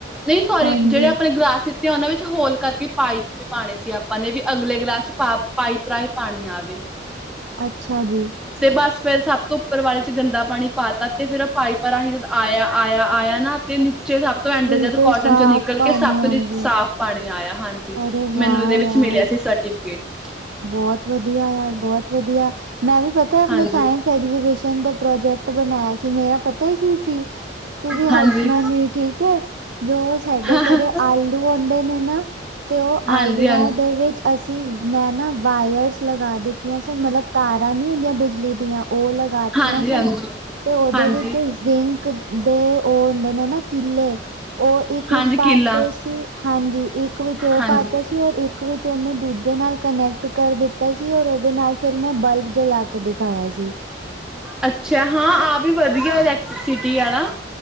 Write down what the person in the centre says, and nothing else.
ਨਹੀਂ ਸੋਰੀ
ਜਿਹੜੇ ਆਪਣੇ ਗਲਾਸ। ਤੇ ਉਹਨਾਂ ਵਿੱਚ ਹੋਲ ਕਰਕੇ ਪਾਈਪ। ਵੀ ਪਾਣੇ ਸੀ ਆਪਾਂ ਨੇ ਵੀ ਅਗਲੇ ਗਲਾਸ ਚ ਪਾ ਪਾਈਪ ਰਾਹੀਂ ਪਾਣੀ ਆਵੇ।
ਤੇ ਬਸ ਫੇਰ ਸਭ ਤੋਂ ਉੱਪਰ ਵਾਲੇ ਚ ਗੰਦਾ ਪਾਣੀ ਪਾ ਤਾ ਤੇ ਫੇਰ ਪਾਈਪ ਰਾਹੀਂ ਆਇਆ ਆਇਆ ਆਇਆ ਨਾ। ਤੇ ਨੀਚੇ ਸੱਭ ਤੋਂ ਐਂਡ
ਜਦ ਕੋਟਨ
ਚੋਂ ਨਿਕਲ
ਕੇ ਸਭ
ਲਈ
ਸਾਫ਼ ਪਾਣੀ ਆਇਆ, ਹਾਂਜੀ।
ਮੈਨੂੰ ਇਹਦੇ
ਵਿੱਚ ਮਿਲਿਆ ਸੀ ਸਰਟੀਫਿਕੇਟ।
ਹਾਂਜੀ
ਹਾਂਜੀ
ਹਾਂ ਹਾਂ
ਹਾਂਜੀ ਹਾਂਜੀ
ਹਾਂਜੀ
ਹਾਂਜੀ
ਹਾਂਜੀ
ਹਾਂਜੀ
ਕਿੱਲਾ
ਹਾਂਜੀ
ਅੱਛਾ ਹਾਂ, ਆ ਵੀ ਵਧੀਆ ਇਲੈਕਟ੍ਰਸਿਟੀ ਆ ਨਾ।